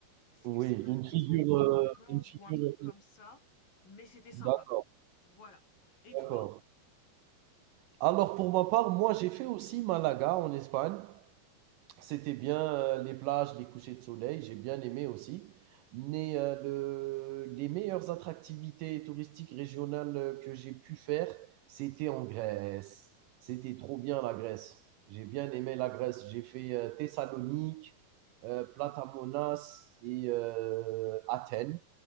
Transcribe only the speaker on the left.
Est-ce
que c'est pas
la maison
de Van
Gogh
ou un truc comme ça? Mais c'était sympa.
Voilà. Et
toi,